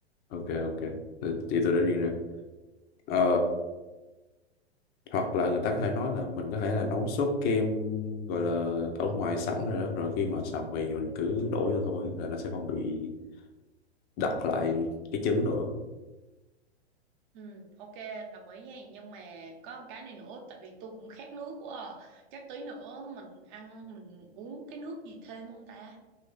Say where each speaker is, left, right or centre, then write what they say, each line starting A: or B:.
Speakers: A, on the left; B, on the right.
A: ok, ok, Ờ, thì chị tôi đã riêng ra. Ờ, hoặc là người ta có thể nói là mình có thể là nấu sốt kem gọi là ở ngoài sẵn rồi đó, rồi khi mà xào mì thì mình cứ đổ vô thôi là nó sẽ không bị đặt lại cái trứng nữa
B: Ừ, ok, đồng ý nha. Nhưng mà có một cái này nữa, tại vì tôi cũng khát nước quá à. Chắc tí nữa mình ăn, mình uống cái nước gì thêm không ta?